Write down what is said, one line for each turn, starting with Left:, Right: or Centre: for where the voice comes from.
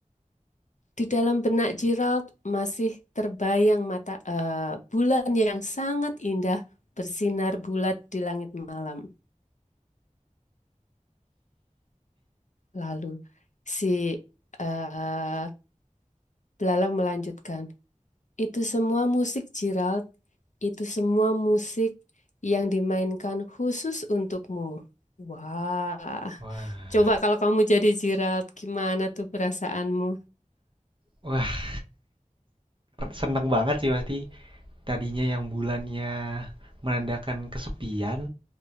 Left: Di dalam benak Gerald masih terbayang mata eh, bulan yang sangat indah bersinar bulat di langit malam. Lalu si eh, belalang melanjutkan, itu semua musik Gerald, itu semua musik yang dimainkan khusus untukmu. Wah,
Right: Wah
Left: coba kalau kamu jadi Gerald, gimana tuh perasaanmu?
Right: wah, seneng banget sih pasti. Tadinya yang bulannya menandakan kesepian,